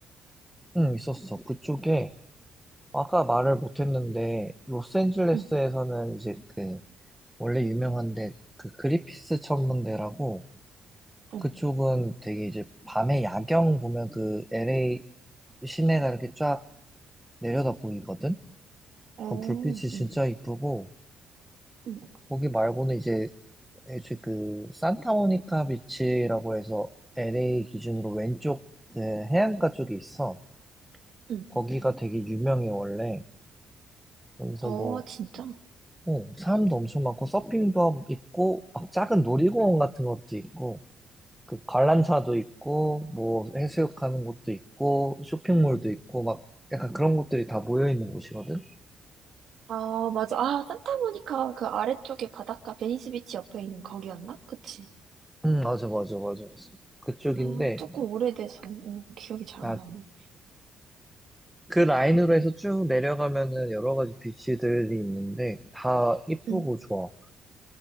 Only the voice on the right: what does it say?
응,
응.
어,
응,
응.
응.
어,
진짜?
아, 맞아. 아, 산타모니카 그 아래쪽에 바닷가 베니스 비치 옆에 있는 거기였나? 그치?
아, 조금 오래돼서 음, 기억이 잘
안 나네.
응.